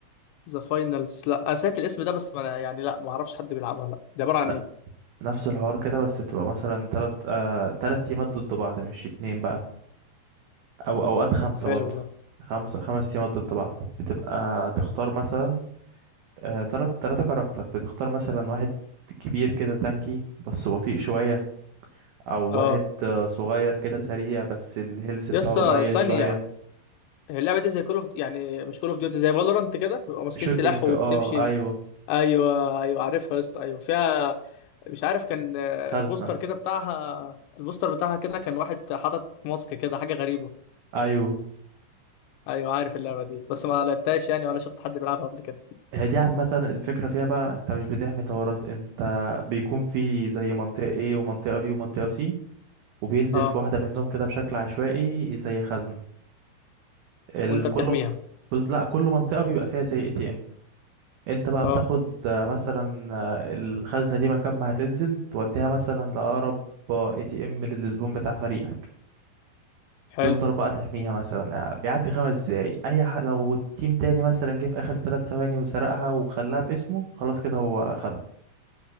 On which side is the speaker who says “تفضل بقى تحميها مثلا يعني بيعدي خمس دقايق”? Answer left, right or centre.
Right